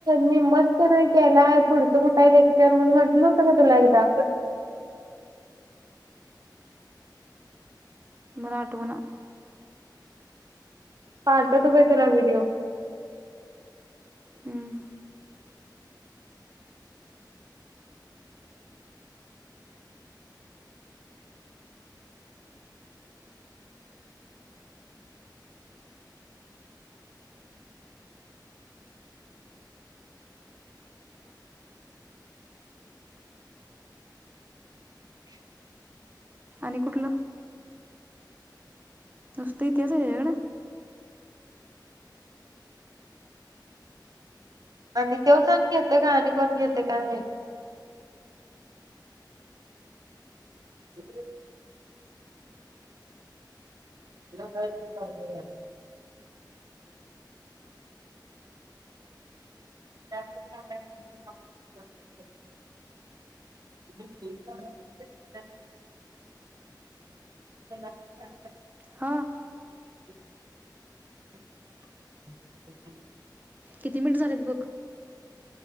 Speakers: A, on the right (about 55°); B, on the right (about 20°).
A: निम्मच केलाय पुढचं कुठही लेक्चर म्हणून म्हटलं नव्हतं का तुला एकदा
B: मला आठवना.
A: पाहतो तू काय तुला व्हिडिओ.
B: हम्म.
A: शुक.
B: आणि कुठलं. नुसते तेच घेणार.
A: आणि तेवच आणि गेलते का आणि कोण गेलते काय माहित. हम्म. तिला काही तरी पाहिजे राहत. शुक <unintelligible>
B: हा आ.
A: शुक <unintelligible>
B: किती मिनिट झालेत बघ?